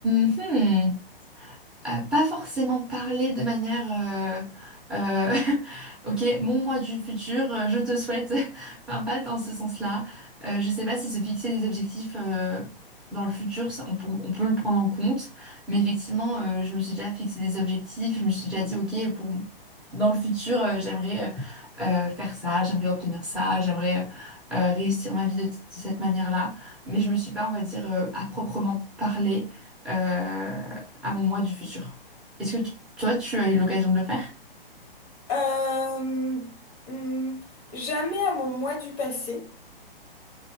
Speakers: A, in the centre; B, on the left.
A: hmm, Euh, pas forcément parler de manière euh, euh, <laughs> ok mon moi du futur euh, je te souhaite <laughs> enfin pas dans ce sens-là Euh, je sais pas si se fixer des objectifs euh, dans le futur ça, on, peut on peut le prendre en compte mais effectivement euh, je me suis déjà fixé des objectifs je me suis déjà dit ok pour dans le futur euh, j'aimerais euh, euh, faire ça j'aimerais obtenir ça j'aimerais euh, euh, réussir ma vie de, de cette manière-là mais je me suis pas on va dire euh, à proprement parler euh, à mon moi du futur. Est-ce que t- toi, tu as eu l'occasion de le faire?
B: Euh, hmm, jamais à mon moi du passé.